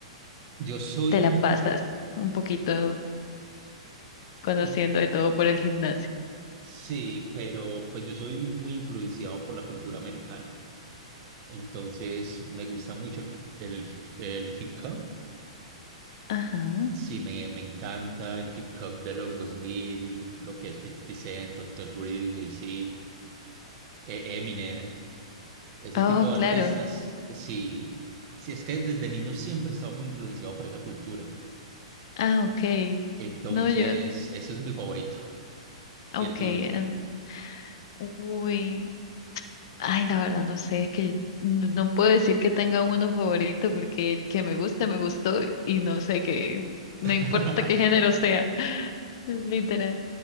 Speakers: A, on the right; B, on the left.
A: Yo soy,
B: te
A: mu-
B: la pasas un poquito conociendo
A: um,
B: de todo por el gimnasio.
A: sí, pero pues yo soy muy influenciado por la cultura americana. Entonces me gusta mucho el, el, el hip hop.
B: Ajá.
A: Sí, me, me encanta el hip hop de los 2000, lo que es 50 Cent, Dr. Dre, Jay-Z, eh, Eminem. Ese
B: Oh,
A: tipo de
B: claro.
A: artistas, sí, sí es que desde niño siempre he estado muy influenciado por esa cultura.
B: Ah, ok.
A: Entonces,
B: No, yo,
A: eso es mi favorito y
B: ok.
A: el tuyo.
B: eh, Uy. Ay, la verdad no sé, es que no no puedo decir que tenga uno favorito porque el que me gusta, me gustó y no sé qué, no
A: <laughs>
B: importa qué género sea, <laughs> literal.